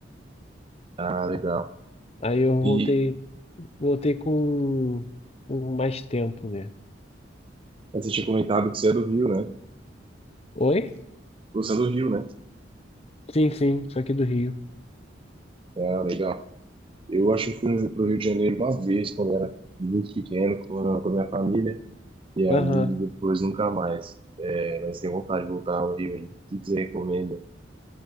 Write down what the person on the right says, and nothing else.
Ah, legal.
E
você tinha comentado que você é do Rio, né?
Você é do Rio, né?
Ah, legal. Eu acho que fui pro Rio de Janeiro uma vez, quando era muito pequeno, quando eu era com a minha família. E aí,
depois nunca mais. É, mas tem vontade de voltar ao Rio aí. O que que você recomenda?